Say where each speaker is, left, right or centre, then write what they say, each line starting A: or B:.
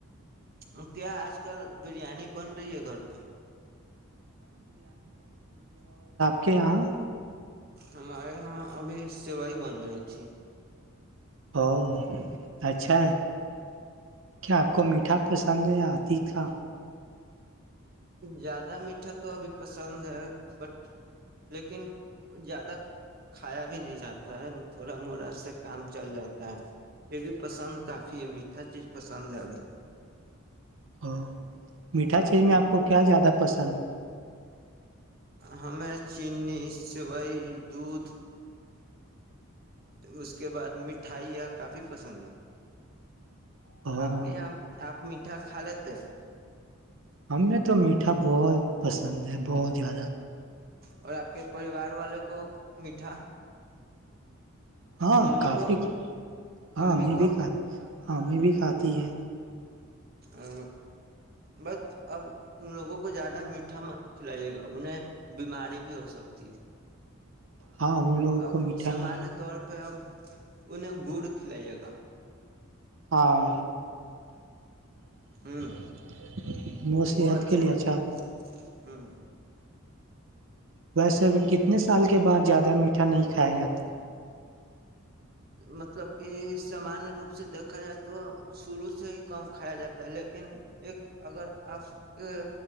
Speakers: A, on the right; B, on the right.
A: اور کیا آج کل بریانی بن رہی ہے گھر پہ
B: کہ یہاں
A: ہمارے یہاں ابھی سوائی بن رہی تھی
B: ا اچھا ہے کیا آپ کو میٹھا پسند ہےیا تیکا
A: زیادہ مٹی میٹھا تو ابھی پسند ہے بٹ لیکن زیادہ کھایا بھی نہیں جاتا ہے تھوڑا موڑا سے کام چل جاتا ہے پھر بھی پسند کافی ہے میٹھا چیز پسند ہے ابھی
B: ا میٹھا چی میں آپ آ کو کیا زیادہ پسند
A: ہمیں چینی سوئی دودھ اس کے بعد مٹھائیاں کافی پسند ہے
B: او
A: آپ کے یہاں آپ میٹا خالے تو
B: ہمیں تو میٹھا بہت پسند ہے بہت زیادہ
A: اور آپ کے پریوار والوں کو میٹھا
B: ہاں
A: امی
B: کافی
A: کو
B: ہاں
A: امی
B: میں
A: کو
B: بھی کہ ہمیں بھی کھاتی ہے
A: ا بس اب ان لوگوں کو زیادہ میٹھا من کھلائیے گا انہیں بیماری بھی ہو سکتی ہے
B: ہاں ان لوگوں
A: اب
B: کو میٹھا
A: سامانیہ
B: نہیں
A: طور پہ اب انہیں گڑ کھلائیے گا
B: ہاں <inaudible>
A: ہ
B: وہ صحت
A: اچھے
B: کے لیے
A: ہوتے
B: اچھا
A: ہیں
B: ہ
A: ہ
B: ویسے کتنے سال کے بعد زیادہ م اٹا نہیں کا جات ہے
A: مطلب کہ سامانیہ روپ سے دیکھا جائے تو شروع سے ہی کم کھایا جاتا ہے لیکن ایک اگر آپ کے